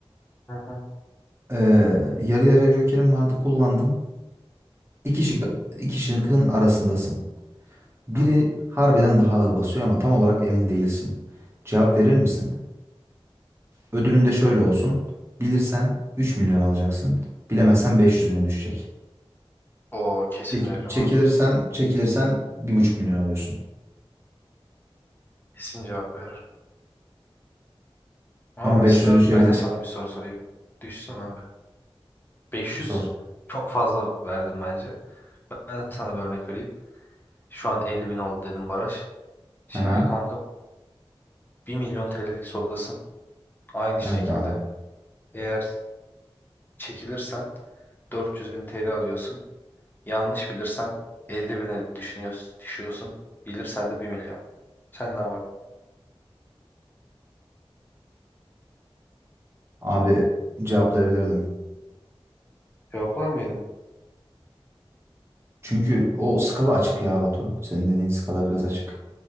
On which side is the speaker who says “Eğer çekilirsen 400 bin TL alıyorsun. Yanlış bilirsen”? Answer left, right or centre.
Left